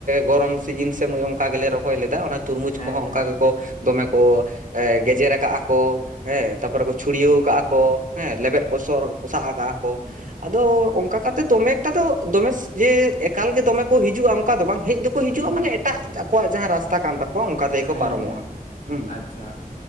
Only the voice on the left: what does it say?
ᱦᱮᱸ
ᱦᱮᱸ ᱦᱮᱸ
ᱮᱠᱫᱚᱢ ᱦᱮᱸ
ᱦᱮᱸ
ᱦᱮᱸ
ᱦᱮᱸ
ᱦᱮᱸ
ᱟᱪᱪᱷᱟ